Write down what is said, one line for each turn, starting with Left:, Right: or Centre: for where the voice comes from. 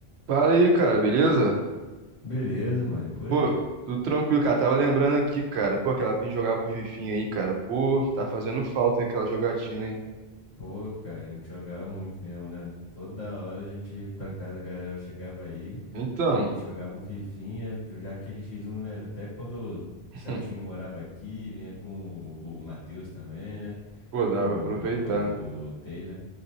Right: Fala aí, cara, beleza?
Left: Beleza, mano, e por
Right: Pô,
Left: aí.
Right: tudo tranquilo, cara. Tava lembrando aqui, cara. Pô, aquela época que a gente jogava um fifinha aí, cara. Pô, tá fazendo falta aquela jogatina, hein?
Left: Pô, cara, a gente jogava muito mesmo, né? Toda hora a gente ia pra casa, a galera chegava aí
Right: Então,
Left: e a gente jogava um fifinha, jo- já aquele X1, né? Até quando
Right: <laughs>
Left: o Celtinho morava aqui, vinha com o, o Matheus também, né?
Right: pô, dava
Left: O,
Right: pra aproveitar.
Left: o Matheus, o Tei, né?